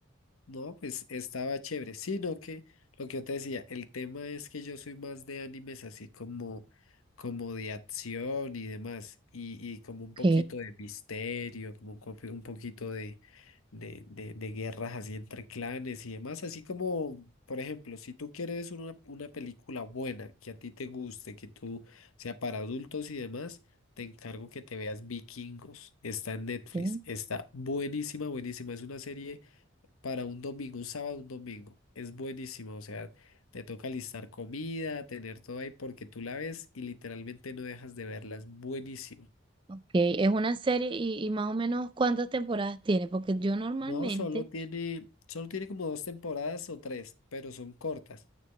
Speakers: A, on the left; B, on the right.
A: No, pues estaba chévere, sino que lo que yo te decía, el tema es que yo soy más de animes así como, como de acción y demás, y, y como
B: Ok,
A: un poquito de misterio, como un, copi- un poquito de, de, de, de guerras así entre clanes y demás, así como, por ejemplo, si tú quieres una, una película buena, que a ti te guste, que tú sea para adultos y demás, te encargo que te veas Vikingos, está en Netflix,
B: ok,
A: está buenísima, buenísima, es una serie para un domingo, un sábado, un domingo. Es buenísimo, o sea, te toca listar comida, tener todo ahí porque tú la ves y literalmente no dejas de verla, es buenísimo.
B: ok. Es una serie y, y más o menos cuántas temporadas tiene, porque yo normalmente,
A: No, solo tiene, solo tiene como dos temporadas o tres, pero son cortas.